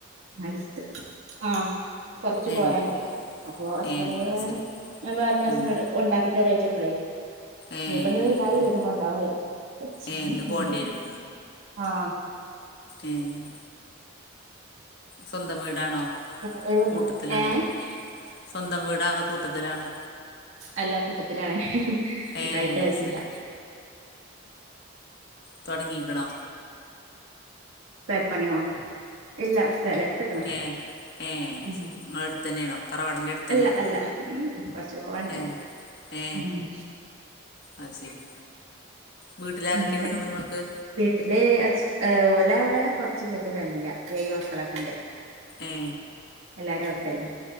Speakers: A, on the right; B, on the left.
A: <unintelligible> ആഹ്‌ കൊറച്ച്
B: ഏഹ്
A: പോരാണ്ട് അപ്പൊ ഹസ്ബന്റ്
B: ഏഹ് അത്
A: കാരം
B: ശരി
A: ഞാൻ പറഞ്ഞു ഹസിനോട്
B: ഏഹ്
A: കുണ്ടാക്കി തരോ യ്ചപ്പ്ളേ
B: ഏഹ്
A: ഇനി ഇപ്പന്ന് വൈന്നേരം വരും. കൊണ്ടാവാൻ വരും. <unintelligible>
B: ഏഹ് ഇന്ന് പോണ്ടി വരും
A: ആഹ്
B: ഏഹ് സ്വന്തം വീടാണോ?
A: <unintelligible>
B: കൂട്ടത്തിലാണോ
A: ഏഹ്
B: സ്വന്തം വീടാ അതോ കൂട്ടത്തിലാണോ
A: അല്ല കൂട്ടത്തിലാ
B: ഏഹ്
A: ന്തായിട്ട് ആയിട്ടില്ല.
B: അത് ശരി തൊടങ്ങീക്ണോ?
A: പെരപ്പണിയോ ഇല്ല സലം ട്ത്ക്ണ്.
B: ഏ ഏ
A: ഉമ്
B: ശരി
A: ഉമ്
B: നിങ്ങള അടുത്ത് തന്നെയാണോ തറവാടിന്റെ അടുത്ത് തന്നെയാണോ
A: അല്ല അല്ല ഉമ് ഉമ് കൊറച്ചു പോവാണ്ട്.
B: ഏ ഏ
A: ഉം
B: അത് ശരി വീട്ടിൽ ആരൊക്കെയുണ്ട്
A: <unintelligible>
B: നിങ്ങൾക്ക്
A: വീട്ടില് ഹസ് ഏ ഉം ഓലെവിടെ കുറച്ച് വല്യയ ഫാമിലിയ ഏയ്‌ മക്കളൊക്കെണ്ട്.
B: ഏ
A: എല്ലാരും അവുടത്തന്നെ